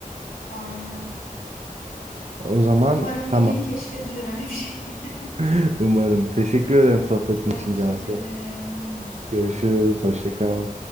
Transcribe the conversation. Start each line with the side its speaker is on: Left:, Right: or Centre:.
Left: Aynen.
Right: O zaman
Left: Umarım
Right: tamam.
Left: bir gün keşfedilir öyle bir şey. <laughs>
Right: <laughs> Umarım. Teşekkür ederim sohbetin
Left: Ben
Right: için
Left: teşekkür
Right: Cansu.
Left: ederim. Hoşça kal.
Right: Görüşürüz. Hoşça kal.